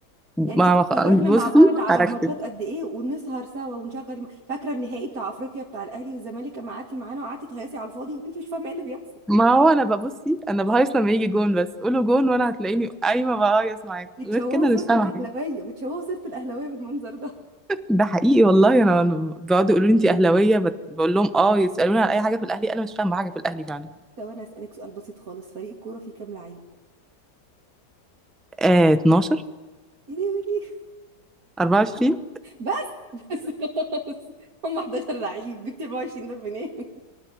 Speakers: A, on the right; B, in the centre.
A: يعني
B: ما
A: شوفي
B: ما خ-
A: اتفرجنا
B: بصي
A: مع بعض على
B: هركز
A: ماتشات قد ايه ونسهر سوا ونشغل فاكره النهائي بتاع افريقيا بتاع الاهلي والزمالك اما قعدتي معانا وقعدتي تهيصي على الفاضي وانتي مش فاهمه ايه اللي بيحصل
B: ما هو انا ببصي انا بهيص لما يجي جون بس قولوا جون وانا هتلاقيني قايمه بهيص معاك
A: بتشوهوا
B: غير كده مش
A: صوره
B: فاهمه
A: الاهلاويه
B: حاجة.
A: بتشوهوا صوره الاهلاويه بالمنظر ده
B: ده حقيقي والله انا أنا بيقعدوا يقولوا لي انت اهلاويه بت- بقول لهم اه يسالوني على اي حاجه في الاهلي انا مش فاهمه حاجه في الاهلي فعلا
A: طب انا اسالك سؤال بسيط خالص فريق الكوره فيه كام لعيب
B: آه 12
A: ايه ده إيه
B: 24
A: ده؟ <laughs> بس خلاص هم 11 لعيب جبت 24 دول منين <laughs>